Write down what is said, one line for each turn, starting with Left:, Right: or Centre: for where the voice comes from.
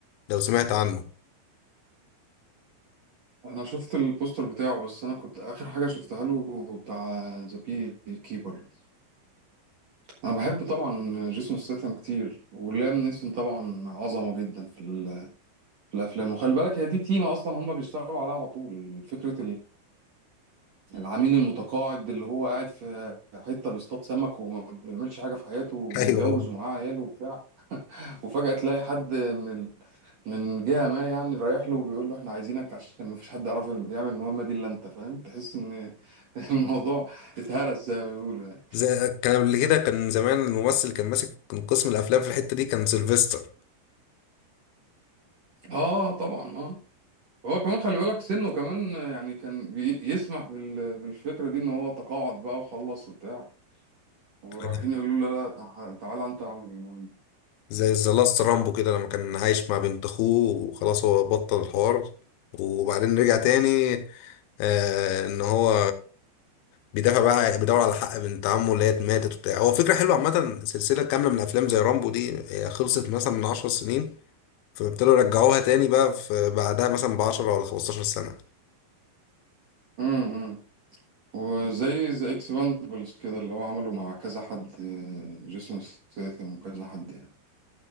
Left: لو سمعت عنه
Right: انا شفت البوستر بتاعه بس انا كنت اخر حاجة شفتها له بتاع ذا بي كيبر انا بحب طبعا جيسون ستاثام كتير وليام نيسون طبعا عظمة جدا في ال- في الافلام وخلي بالك هي دي تيمة اصلا هم بيشتغلوا عليها على طول فكرة العميل المتقاعد اللي هو قاعد في حتة بيصطاد سمك وما بيعملش حاجة في حياته ومتجوز
Left: <laughs> ايوه
Right: ومعاه عياله وبتاع وفجأة تلاقي حد من ال... من جهة ما يعني رايح له وبيقول له احنا عايزينك عشان ما فيش حد يعرف يعمل المهمة دي الا انت فاهم تحس ان <laughs> الموضوع اتهرس زي ما بيقولوا يعني
Left: زي كان قبل كده كان زمان الممثل اللي كان ماسك كان قسم الافلام في الحته دي كان سيلفستر
Right: اه طبعا اه هو كمان خلي بالك سنه كمان آه، يعني كان بي- يسمح بال... بالفكرة دي ان هو تقاعد بقى وخلص وبتاع ورايحين
Left: كان
Right: يقولوا له لا لا تع- تعالى انت اعمل المهمة
Left: زي ذا لاست رامبو كده لما كان عايش مع بنت اخوه وخلاص هو بطل الحوار وبعدين رجع تاني آه ان هو بيدافع بقى بيدور على حق بنت عمه اللي هي ماتت وبتاع هو فكره حلوه عامه سلسله كامله من افلام زي رامبو دي هي خلصت مثلا من 10 سنين فابتدوا يرجعوها تاني بقى في بعدها مثلا ب 10 ولا 15 سنه
Right: امم إمم. وزي زي اكسباندبلز كده اللي هو عمله مع كذا حد آه، جيسون ستاثام وكذا حد يعني